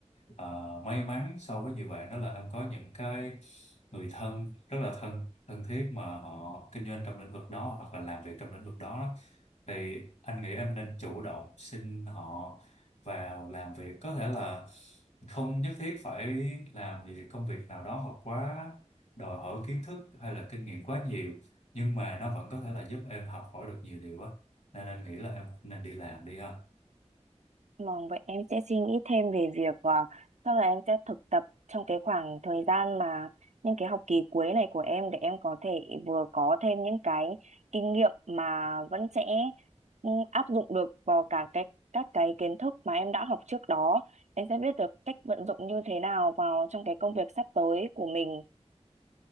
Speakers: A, on the left; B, on the right.
A: Ờ, may mắn so với nhiều bạn đó là em có những cái người thân rất là thân thân thiết mà họ kinh doanh trong lĩnh vực đó hoặc là làm việc trong lĩnh vực đó, đó. Thì anh nghĩ em nên chủ động xin họ vào làm việc có thể là không nhất thiết phải làm gì công việc nào đó mà quá đòi hỏi kiến thức hay là kinh nghiệm quá nhiều nhưng mà nó vẫn có thể là giúp em học hỏi được nhiều điều á nên anh nghĩ là em nên đi làm đi ha
B: Vâng, vậy em sẽ suy nghĩ thêm về việc uh, chắc là em sẽ thực tập trong cái khoảng thời gian mà những cái học kỳ cuối này của em để em có thể vừa có thêm những cái kinh nghiệm mà vẫn sẽ ừ, áp dụng được vào cả cái các cái kiến thức mà em đã học trước đó. Em sẽ biết được cách vận dụng như thế nào vào trong cái công việc sắp tới của mình.